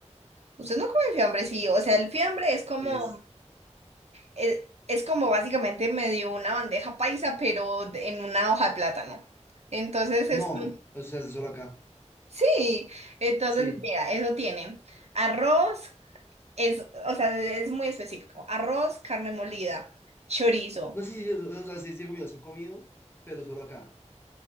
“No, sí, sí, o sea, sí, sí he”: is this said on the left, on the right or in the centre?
Left